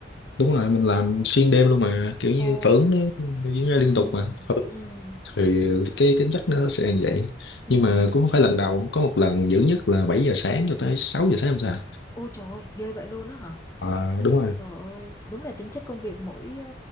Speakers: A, on the left; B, on the left.
A: đúng rồi mình làm xuyên đêm luôn mà kiểu như
B: Ồ,
A: phở nó diễn ra liên
B: ừ,
A: tục mà phở,
B: ừ,
A: thì cái tính chất nó sẽ như vậy
B: ừ.
A: nhưng mà cũng không phải lần đầu có một lần dữ nhất là 7 giờ sáng cho tới sáu giờ sáng làm sao
B: Ôi trời ơi, ghê vậy luôn đó hả?
A: à, đúng rồi
B: Trời ơi, đúng là tính chất công việc mỗi ờ,